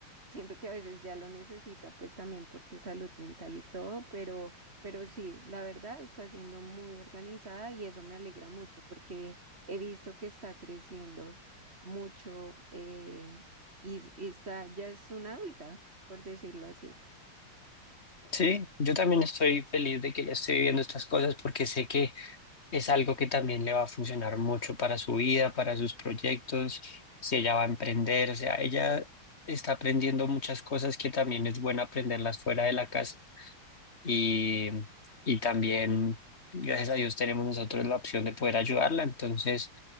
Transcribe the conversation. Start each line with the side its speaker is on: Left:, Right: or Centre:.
Right: siento que a veces ya lo necesita pues también por su salud mental y todo, pero, pero sí, la verdad está siendo muy organizada y eso me alegra mucho porque he visto que está creciendo mucho eh, y, y está, ya es una adulta, por decirlo así.
Left: sí, yo también estoy feliz de que ya estoy viviendo estas cosas porque sé que es algo que también le va a funcionar mucho para su vida, para sus proyectos, si ella va a emprender, o sea, ella está aprendiendo muchas cosas que también es bueno aprenderlas fuera de la casa y, y también, gracias a Dios, tenemos nosotros la opción de poder ayudarla, entonces